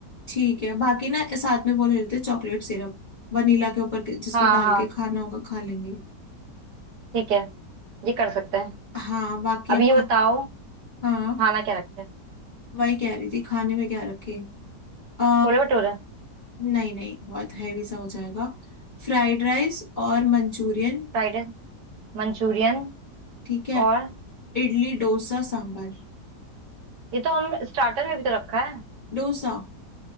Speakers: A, on the left; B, on the right.
A: ठीक है बाकी ना साथ में वो ले लेते चॉकलेट सिरप वनीला के ऊपर के- जिसको
B: हाँ
A: डाल
B: हाँ
A: के खाना होगा खा लेंगे
B: ठीक है ये कर सकते हैं
A: हाँ बाकी
B: अब
A: अब
B: ये
A: खा
B: बताओ
A: हाँ
B: खाना क्या रखें
A: वही कह रही थी खाने में क्या रखे आ
B: Chole bhature
A: नहीं नहीं बहुत हैवी सा हो जाएगा फ्राइड राइस और मंचूरियन
B: Fried rice manchurian
A: ठीक है
B: और
A: इडली डोसा सांभर
B: ये तो हम स्टार्टर में भी तो रखा है
A: डोसा